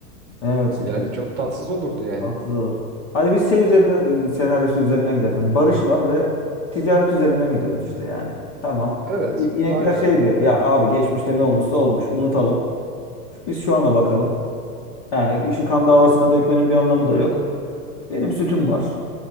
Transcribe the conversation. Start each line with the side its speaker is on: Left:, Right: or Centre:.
Left: Evet.
Right: Yani çok tatsız olurdu yani.
Left: 6 dolar. Hadi biz şey üzerine senaryosu üzerinden gidelim. Yani barış var ve ticaret üzerinden gidiyoruz işte yani. Tamam.
Right: Evet
Left: İ- İnekler
Right: daha güzel.
Left: şey diyor. Ya abi geçmişte ne olmuşsa olmuş. Unutalım. Biz şu ana bakalım. Yani işi kan
Right: <laughs>
Left: davasına dökmenin bir anlamı da yok. Benim sütüm var.